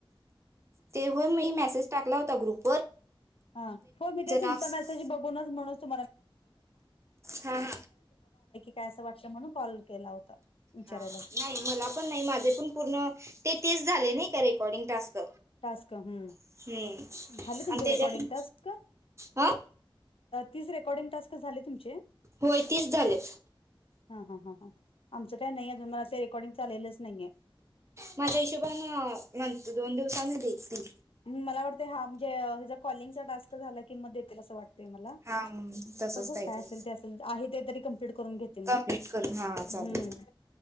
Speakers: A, on the right; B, on the left.
A: ते होय मी मेसेज टाकला होता ग्रुप.
B: हा हो मी ते तुमच्या
A: टास्क
B: मेसेज बघूनच म्हणून. <inaudible>
A: हा हा
B: काय असं वाटलं म्हणून कॉल केला होता विचारायलाच.
A: हा नाही मला पण नाही माझे पण पूर्ण ते तेच झाले नाही. का रेकॉर्डिंग टास्क?
B: टास्क ह
A: हम्म
B: झाले तुमचे
A: आणि त्याच्यान
B: रेकॉर्डिंग टास्क.
A: हा
B: तीच रेकॉर्डिंग टास्क झाले तुमचे.
A: होय तिस झाले.
B: हा हा ह ह आमचं काय नाही अजून मला ते रेकॉर्डिंग चालेलंच नाहीये.
A: माझ्या हिशोबान म्हणत दोन दिवसाने देेततील.
B: मला वाटतं हा म्हणजे हिचा कॉलिंगचा टास्क झाला कि मग देतील असं वाटत. ते मला
A: हा तसच
B: अग
A: काहीतरी
B: काय असेल ते असेल आहे ते तरी कमप्लीट करून घेते मग?
A: वट करून हा चालेल.
B: हम्म